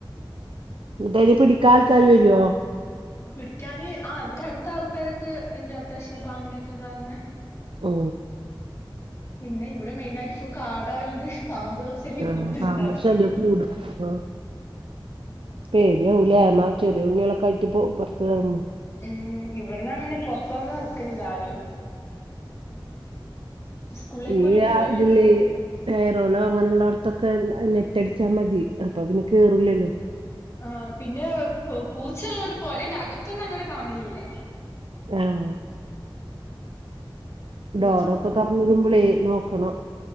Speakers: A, on the right; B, on the left.
A: അതായത് പിടിക്കാ ൾക്കാാര് വരോ?
B: പിടിക്കാന് ആ ഇവിടെ അടുത്ത ആൾക്കാരൊക്കെ ഇണ്ട് അത്യാവശ്യം പാമിനിയൊക്കെ ഇതാകുന്നെ
A: ഓ
B: പിന്നെ ഇവിടെ മെയിനായിട്ട് ഫുൾ കാടായോണ്ട് പാമ്പുകളെ ശല്യം
A: ആഹ്
B: കൂടുതലുണ്ടാവും.
A: പാമ്പ് ശല്യം കൂടും ആഹ് പേടിയാവൂലേ എന്ന ചെറിയ ഉണ്ണികളൊക്കെ ആയിറ്റിപ്പോ പൊറത്ത് വരുമ്പോ
B: ഉം ഇവിടന്നങ്ങനെ പുൊറത്തൊന്നും എറക്കലില്ല ആരും. സ്കൂളിലേക്ക്
A: ഈ
B: ഓര് പോയി
A: ആ ഇതില്
B: വരും
A: എയറോളോ അങ്ങനെള്ളോടത്തൊക്കെ നെറ്റടിച്ചാൽ മതി. അപ്പൊ പിന്നെ കേറൂല്ലല്ലോ.
B: ആ പിന്നെ പൂച്ചള്ളോണ്ട് പൊരേന്റെ അകത്തൊന്നും അങ്ങനെ കാണലില്ല.
A: ആഹ്
B: പൂച്ചകളൊക്കെ
A: ഡോറൊക്കെ തൊറന്നിടുമ്പളേ നോക്കണം.